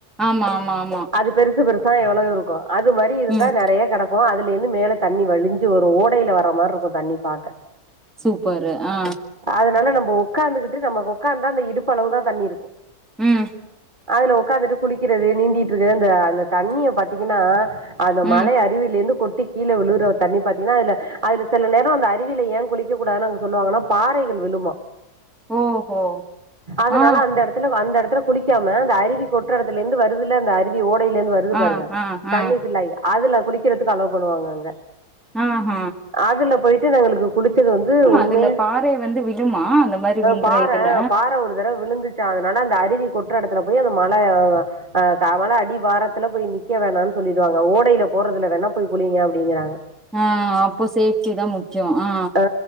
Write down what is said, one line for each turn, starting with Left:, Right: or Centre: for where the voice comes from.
Centre: ஆமா ஆமா ஆம்
Right: அது பெருசு பெருசா எவ்வளவு இருக்கும் அது மாரி இருந்தா
Centre: ம்
Right: நிறைய கிட க்கு அதுல இருந்து மேல தண்ணி வழிஞ்சு ஒரு ஓடையில வர மாரி இருக்கும் தண்ணி பாக்க
Centre: சூப்பரு ஆ
Right: அதனால நம்ம உக்காந்துகிட்டு நம்ம உக்காந்தா அந்த இடுப்பளவுதா தண்ணி இருக்கும்
Centre: ம்
Right: அதுல உக்காந்துட்டு குளிக்கிறது நீந்திகிட்டு இருக்கிறது அந்த அந்த தண்ணிய பாத்தீங்கன்னா அந்த
Centre: ம்
Right: மலை அருவில இருந்து கொட்டி கீழே விழுற தண்ணி பாத்தீங்கன்னா அதுல அதுல சில நேரம் அந்த அருவியில ஏன் குளிக்க கூடாதுனு அங்க சொல்லுவாங்கன்னா பாறைகள் விழுமா
Centre: ஓஹோ
Right: அதனால
Centre: ஆ
Right: அந்த இடத்துல அந்த இடத்துல குளிக்காம அந்த அருவி கொட்ற இடத்துல இருந்து வருது ல்ல அந்த அருவி ஓடையில இருந்து வருது
Centre: ஆ
Right: பாருங்க
Centre: ஆ ஆ
Right: தண்ணி <unintelligible> அதுல குளிக்கிறதுக்கு அலோ பண்ணுவாங்க அங்க
Centre: ஆஹ்
Right: அதுல போயிட்டு எங்களுக்கு குளிச்சது வந்து உண்மைய
Centre: அதுல பாறை வந்து விழுமா அந்த மாரி விழ்ற
Right: பாற
Centre: இதுல
Right: பாறை ஒரு தடவ விழுந்து அதனால அந்த அருவி கொட்டுற இடத்துல போய் அந்த மலை ஆஹ் காவல ஆடிவார அங்கனா போய் நிக்க வேணான் சொல்லிடுவாங்க ஓடைல போறதுல வேணா போய் குளிங்க அப்டிங்கிறாங்க
Centre: ஆ அப்போ சேஃப்டி தா முக்கிய ஆ
Right: ஆ